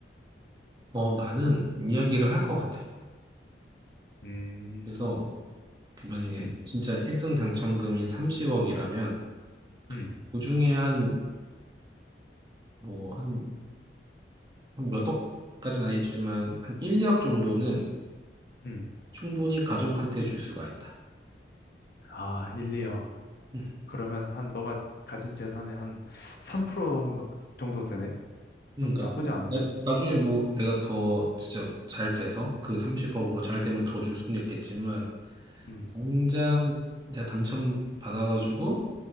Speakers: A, on the right; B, on the left.
A: 어, 나는 이야기를 할 것 같아.
B: 음
A: 그래서, 그 만약에
B: 음
A: 진짜 1등 당첨금이 30억이라면,
B: 음
A: 그중에 한, 뭐, 한 몇 억까지는 아니지만 한 1, 2억 정도는
B: 음
A: 충분히 가족한테 줄 수가 있다.
B: 아 1, 2억
A: 음.
B: 그러면 한 너가 가진 재산의 한 3% 정도 되네
A: 그러니까
B: 그건 나쁘지 않은데
A: 나, 중에뭐 내가 더 진짜 잘 돼서 그 30억으로 잘 되면 더 줄 수는 있겠지만
B: 음
A: 당장 내가 당첨 받아가지고